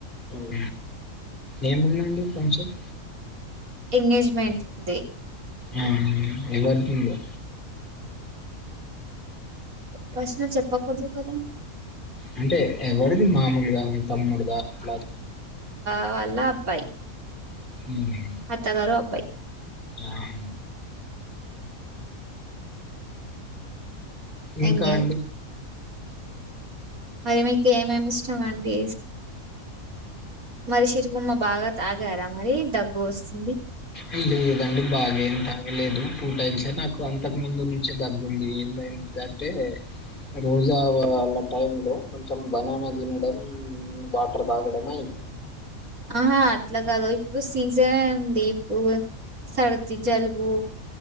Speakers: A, on the left; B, on the right.
A: ఉమ్ ఏముందండి ఫంక్షన్.
B: ఎంగేజ్మెంట్ ఉంది
A: ఆహ్ ఎవరిదుందో.
B: పర్సనల్స్ చెప్పకూడదు కదా.
A: అంటే ఎవరిది మామూలుగా మీ తమ్ముడిద అట్లా.
B: కావళ అబ్బాయి.
A: ఉమ్.
B: అత్తగారు అబ్బాయి.
A: ఆహ్. ఇంకా
B: ఎంగేజ్
A: అండి.
B: మరి మీకు ఏమేమి ఇష్టమండి <unintelligible> బాగా. తాగారా మరి దగ్గు వస్తుంది.
A: ఉమ్ లేదండి బాగేం తాగా. లేదు టూ టైమ్సే నాకు అంతకు ముందు నుంచే దగ్గుంది ఏమైంది అంటే. రోజు ఆహ్ వాళ్ళా టైం లో కొంచం బనానా తినడం వాటర్ తాగడం అయింది.
B: ఆహా అట్లా కాదు ఇప్పుడు సీజన్ ఉంది ఇప్పుడు. సర్ది జలుబు.